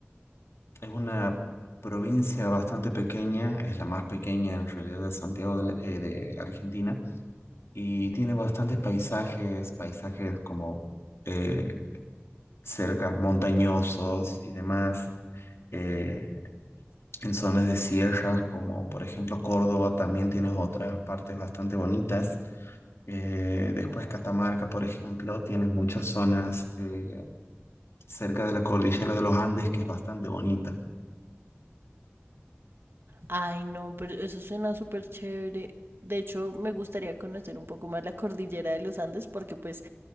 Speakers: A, on the left (about 75°); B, on the right (about 60°).
A: es una provincia bastante pequeña, es la más pequeña en realidad de Santiago del- eh, de, Argentina, y tiene bastantes paisajes, paisajes como eh, cerca montañosos y demás. Eh, En zonas de sierras, como por ejemplo Córdoba, también tienes otras partes bastante bonitas. Eh, después Catamarca, por ejemplo, tienes muchas zonas eh, cerca de la cordillera de los Andes que es bastante bonita.
B: Ay, no, pero eso suena súper chévere. De hecho, me gustaría conocer un poco más la cordillera de los Andes, porque pues